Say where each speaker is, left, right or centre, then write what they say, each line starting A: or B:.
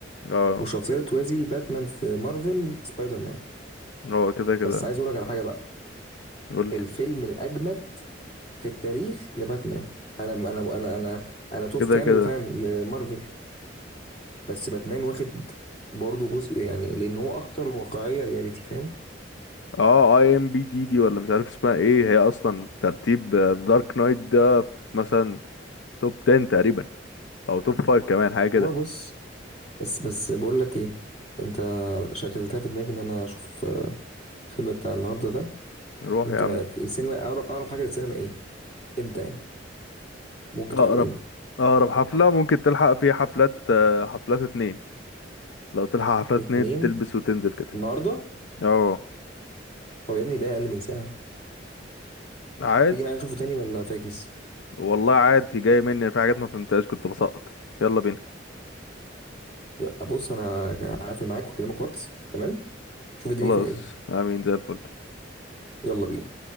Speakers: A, on the left (about 80°); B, on the left (about 35°).
A: اه
B: والشخصية اللي توازي باتمان في مارفل سبايدر مان
A: اه كده كده
B: بس عايز أقول لك على حاجة بقى
A: قول لي
B: الفيلم الأجمد في التاريخ لباتمان أنا أنا أنا أنا أنا توب
A: كده
B: فان
A: كده
B: لفان لمارفل بس باتمان واخد برضه جزء يعني لان هو اكتر واقعيه رياليتي فاهم
A: اه اي ام بي دي دي ولا مش عارف اسمها ايه هي اصلا ترتيب دارك نايت ده في مثلا توب 10 تقريبا او توب 5 كمان حاجه كده
B: هو بص بس بس بقول لك ايه انت شغلتها في دماغي ان انا اشوف آه، الفيلم بتاع النهارده ده
A: نروح
B: انت
A: يا عم
B: في السينما اقرب اقرب حاجه للسينما ايه امتى يعني ممكن
A: اقرب
B: تعرض امتى
A: اقرب حفله ممكن تلحق فيها حفلات آه، حفلات اتنين لو تلحق حفلات
B: اتنين
A: اتنين تلبس وتنزل كده
B: النهارده
A: اه
B: طب يا ابني بقى اقل من ساعه
A: عادي
B: تيجي معايا نشوفه تاني ولا فاكس
A: والله عادي جاي مني في حاجات ما فهمتهاش كنت بسقط يلا بينا
B: يا- بص انا هقفل معاك واكلمك واتس تمام شوف الدنيا
A: خلاص
B: فيها ايه
A: عاملين زي الفل
B: يلا بينا